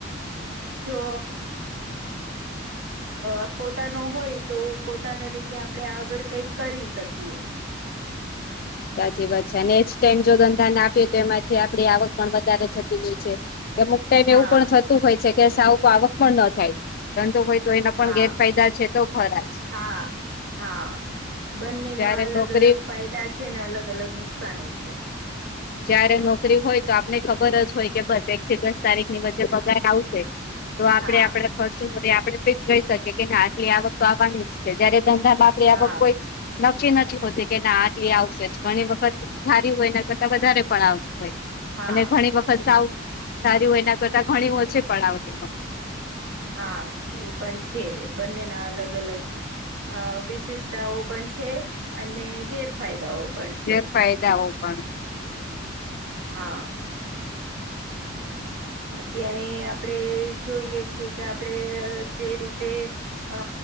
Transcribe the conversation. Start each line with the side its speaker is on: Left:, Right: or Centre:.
Right: જો અ પોતાનો હોય તો પોતાના રીતે આપડણે આગળ કંઈક કરી શકીએ
Left: સાચી વાત છે નેક્સ્ટ ટાઈમ જો ધંધાને આપીએ તો એમાંથી આપડી આવક પણ વધારે થતી હોય છે. એમ ટાઈમ
Right: હા
Left: એવું પણ થતું હોય છે કે સાવક આવક પણ ન થાય ધંધો હોય તો એના
Right: હા
Left: પણ ગેરફાયદા છે તો ખરા જ
Right: હા હા બંનેના
Left: જયારે
Right: અલગ
Left: નોકરી
Right: અલગ ફાયદા છે ને અલગ અલગ નુકસાને છે.
Left: જયારે નોકરી હોય તો આપને ખબર જ હોય કે બસ એક થી દસ તારીખ ની વચ્ચે પગાર આવશે. તો આપડણે
Right: હા
Left: આપડા ખર્ચો આપણે ફિક્સ કરીહી શકીએ કે ના આટલી આવક તો આવવાની જ છે જયારે ધંધામાં
Right: હા
Left: ક કોઈ નક્કી નથી હોતી કે ના આટલી આવશે જ ઘણી વખત ધારી હોય એના કરતાં વધારે પણ આવતી હો
Right: હા
Left: અને ઘણી વખત સાવું સારી હો એના કરતા ઘણી ઓછે પણ આવતી હોય
Right: હા એ પણ છે બંનેના અલગ અલગ અ વિશેષતાઓ પણ છે, અને ગેરફાયદાઓ. પણ છે
Left: ગેરફાયદાઓ પણ છે,
Right: હા, હું. અત્યારે આપણે જોઈએ છીએ, કે આપડે જે રીતે અ